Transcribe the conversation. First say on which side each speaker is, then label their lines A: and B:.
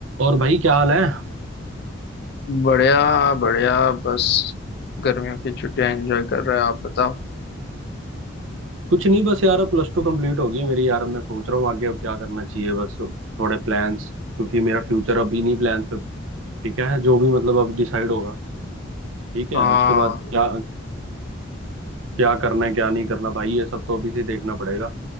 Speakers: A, on the right; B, on the left.
A: और भाई क्या हाल है
B: बढ़िया बढ़िया बस गर्मियों की छुट्टियां एंजॉय कर रहे हैं आप बताओ
A: कुछ नहीं बस यार अब प्लस टू कंप्लीट हो गई है मेरी यार अब मैं सोच रहा हूँ आगे अब क्या करना चाहिए बस अब थोड़े प्लान्स क्योंकि मेरा फ्यूचर अभी नहीं प्लान्स पे ठीक है जो भी मतलब अब डिसाइड होगा ठीक है
B: हाँ
A: उसके बाद क्या क्या करना है क्या नहीं करना भाई ये सब तो अभी से देखना पड़ेगा